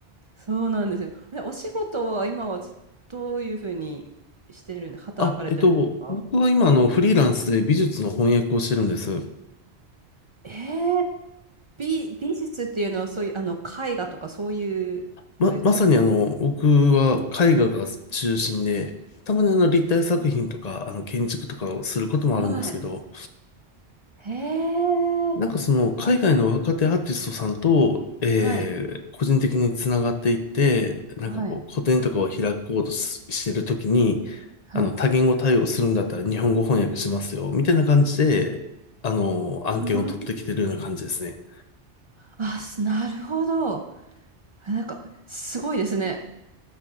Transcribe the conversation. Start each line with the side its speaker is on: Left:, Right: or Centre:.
Right: そうなんですよ。え、お仕事は今はつどういうふうにしてるんで、働かれてるんですか
Left: あ、えっと、僕は今、あの、フリーランスで美術の翻訳をしてるんです。
Right: えー、美、美術っていうのはそういう、あの、絵画とかそういうのですか
Left: ま、まさにあの、僕は絵画が中心で、たまにあの、立体作品とか、
Right: えー
Left: あの、建築とかをすることもあるんですけど、
Right: はい。へえ。
Left: なんかその、海外の若手アーティストさんと、
Right: あ
Left: えー、
Right: はい、
Left: 個人的につながっていって、なんかこう、
Right: はい、
Left: 個展とかを開こうとし、してるときに、
Right: はい。
Left: あの、多言語対応するんだったら日本語翻訳しますよ、みたいな感じで、あの、案件を取ってきてるような感じですね。
Right: あーあ、すなるほど。あなんか、すごいですね。